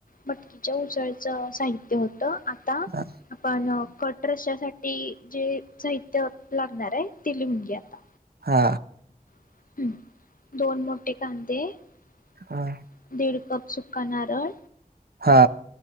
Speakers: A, on the left; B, on the right.
A: मटकीच्या उसळाचं साहित्य होत <unintelligible> आता
B: हा
A: आपण कट रशासाठी जे साहित्य लागणार आहे ते लिहून घे आता?
B: हा
A: <inaudible> हम्म दोन मोठे कांदे <inaudible>
B: हा
A: दीड कप सुका नारळ
B: हा